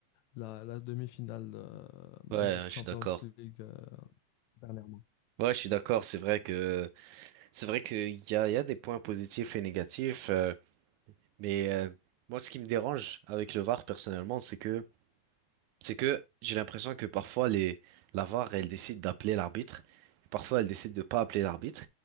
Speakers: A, on the left; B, on the right.
A: la, la demi-finale euh,
B: Ouais,
A: du Champions
B: je suis d'accord.
A: League euh, dernièrement.
B: Ouais, je suis d'accord. C'est vrai que c'est vrai qu'il y a, il y a des points positifs et négatifs. euh, Mais euh, moi, ce qui me dérange avec le VAR, personnellement, c'est que c'est que j'ai l'impression que parfois les, la VAR, elle décide d'appeler l'arbitre, et parfois elle décide de pas appeler l'arbitre.